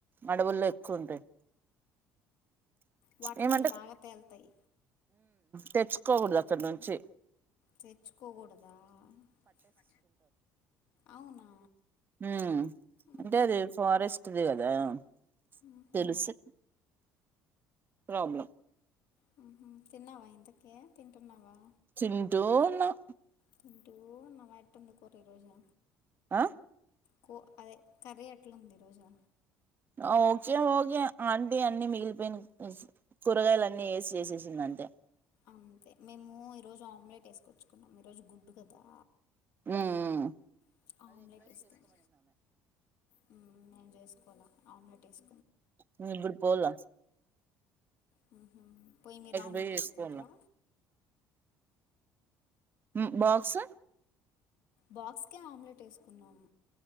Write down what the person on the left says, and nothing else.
వాటర్
మీద బాగా తేలుతాయి
తెచ్చుకోకూడదా అహ అవునా
మ్హూ.
మ్హూ.
హ్మ్ హు తిన్నావా ఇంతకే తింటున్నావా
తింటూన్నవా ఎట్టుంది కూర ఈ రోజు
కో అదే కర్రీ ఎట్లుంది ఈ రోజా
అంతే మేము ఈరోజు ఆమ్లెట్ వేసుకొచ్చుకున్నాం ఈరోజు గుడ్డు కదా
ప్చ్ ఆమ్లెట్ ఎస్కోన్ హ్మ్ నేన్ జెస్ పోల్ల ఆమ్లెటేస్
హ్మ్ పోయి మీరు ఆమ్లెటేసుకుంట్రా
బాక్స్కే ఆమ్లెటేసుకున్నమ్